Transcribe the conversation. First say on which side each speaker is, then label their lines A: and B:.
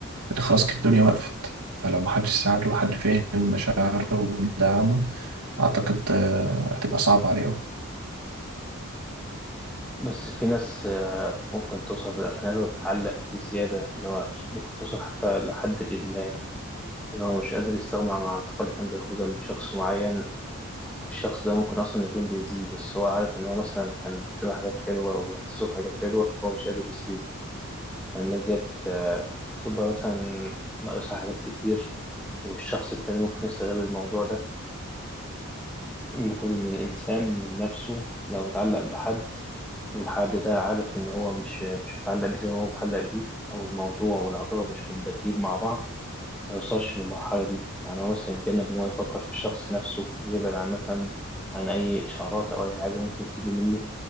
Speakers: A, on the right (about 85°); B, in the centre.
A: إن خلاص كده الدنيا وقفت فلو محدش ساعده وحد فهم مشاعره ودعمه أعتقد آه، هتبقى صعبة عليه أوي.
B: بس في ناس آه، ممكن توصل في الآخر إنها تتعلق بزيادة اللي هو ممكن توصل حتى لحد الإدمان اللي هو مش قادر يستغنى عن العاطفة اللي كان بياخدها من شخص معين والشخص ده ممكن أصلا يكون بيأذيه بس هو عارف إن هو مثلا كان بيديله حاجات حلوة أو بيحسسه بحاجات حلوة فهو مش قادر يسيبه فالناس ديت آه، بتبقى مثلا ناقصها حاجات كتير والشخص التاني ممكن يستغل الموضوع ده المفروض إن الإنسان من نفسه لو اتعلق بحد والحد ده عارف إن هو مش مش متعلق بيه زي ما هو متعلق بيه أو الموضوع والعاطفة مش متبادلين مع بعض ما يوصلش للمرحلة دي يعني هو مثلا يتجنب إن هو يفكر في الشخص نفسه يبعد عن مثلا عن أي إشعارات أو أي حاجة ممكن تيجي منه